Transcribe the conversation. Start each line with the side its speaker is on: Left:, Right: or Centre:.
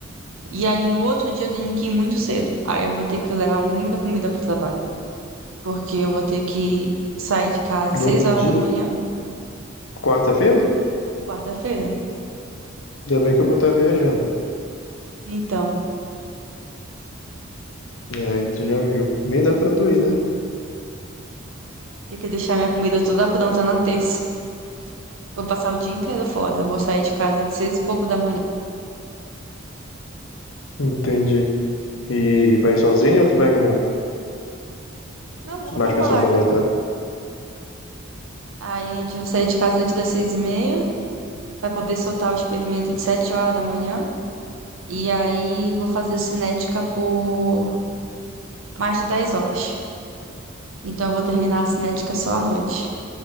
Right: E aí no outro dia eu tenho que ir muito cedo. Aí eu vou ter que levar muita comida para o trabalho, porque eu vou ter que sair de casa
Left: No
Right: às 6
Left: outro
Right: horas
Left: dia,
Right: da manhã,
Left: quarta-feira?
Right: quarta-feira.
Left: Ainda bem que eu vou estar viajando.
Right: Então,
Left: É, Aí tu já viu. Nem dá pra tu ir, né?
Right: tenho que deixar minha comida toda pronta na terça. Vou passar o dia inteiro fora. Eu vou sair de casa de seis e pouco da manhã.
Left: Entendi. E vai sozinho ou tu vai com
Right: Não, vou
Left: mais
Right: com minha
Left: pessoas
Right: colega.
Left: do laboratório?
Right: Aí a gente eu saí de casa antes das seis e meia para poder soltar o experimento de sete horas da manhã. E aí vou fazer cinética por mais de dez horas. Então eu vou terminar a cinética só à noite,